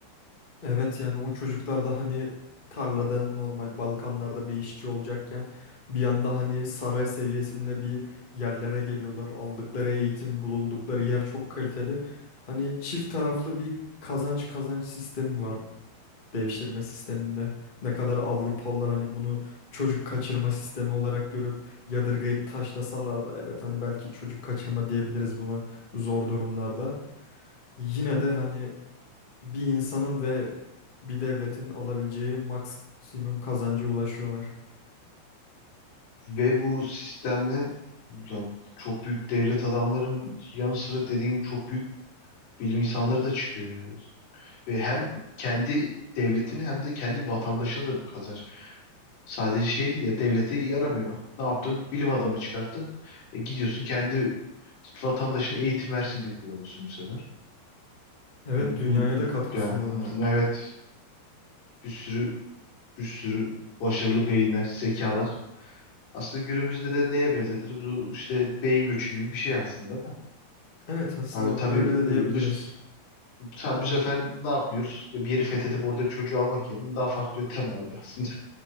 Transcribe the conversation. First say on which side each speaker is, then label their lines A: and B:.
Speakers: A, on the left (about 35°); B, on the left (about 80°).
A: Evet yani o çocuklar da hani tarlada normal Balkanlarda bir işçi olacakken bir anda hani saray seviyesinde bir yerlere geliyorlar. Aldıkları eğitim, bulundukları yer çok kaliteli. Hani çift taraflı bir kazanç kazanç sistemi var devşirme sisteminde. Ne kadar Avrupalılar hani bunu çocuk kaçırma sistemi olarak görüp yadırgayıp taşlasalar da evet hani belki çocuk kaçırma diyebiliriz buna zor durumlarda. Yine de hani bir insanın ve bir devletin alabileceği maksimum kazancı ulaşıyorlar.
B: Ve bu sistemle yani çok büyük devlet adamların yanı sıra dediğim çok büyük bilim insanları da çıkıyor yani. Ve hem kendi devletini hem de kendi vatandaşına da bir kazanç. Sadece şeydi ya devlete yaramıyor. Ne yaptın? Bilim adamı çıkarttın. E, gidiyorsun kendi vatandaşına eğitim versin diye kullanıyorsun bu sefer.
A: Evet,
B: Bu,
A: dünyaya
B: bu
A: da katkı
B: yani,
A: sunuyorlar.
B: evet Bir sürü bir sürü başarılı beyinler, zekalar. Aslında günümüzde de neye benzetiriz? Bu işte beyin göçü gibi bir şey aslında da.
A: Evet, aslında
B: Abi tabii
A: öyle de
B: bu-
A: diyebiliriz.
B: biz tabii bu sefer ne yapmıyoruz? Bir yeri fethedip oradaki çocuğu almak yerine daha farklı yöntemle alıyor aslında. <laughs>